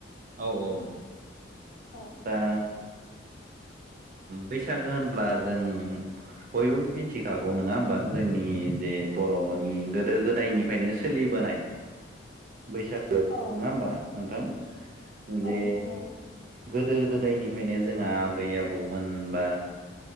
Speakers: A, on the right; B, on the left.
A: औ औ
B: औ
A: दा बैसागो होनब्ला जों बयबो मिथिखागौ नंङा होमबा जोंनि जे बर'नि गोदो गोदायनिफ्रायनो सोलि बोनाय बैसागो
B: औ
A: नंङा होमबा नोंथां
B: औ
A: जे
B: नंगौ
A: गोदो गोदायनिफ्रायनो जोंहा आबै आबौमोन बा